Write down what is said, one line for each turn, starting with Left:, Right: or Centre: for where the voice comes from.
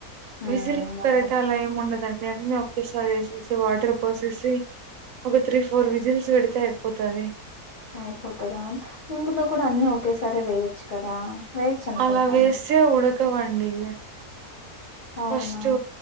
Left: మ్మ్
Right: విజిల్ కుక్కర్
Left: అవును
Right: అయితే అలా ఏమి ఉండదండి అన్ని ఒకేసారి వేసేసి వాటర్ పోసేసి ఒక త్రీ ఫోర్ విజిల్స్ పెడితే అయిపోతది
Left: అయిపోతదా ఇందులో కూడా అన్నీ ఒకేసారి వేయచ్చు కదా వేయొచ్చు అనుకుంటా
Right: అలా వేస్తే
Left: అండి
Right: ఉడకవండివి
Left: అవునా
Right: ఫస్ట్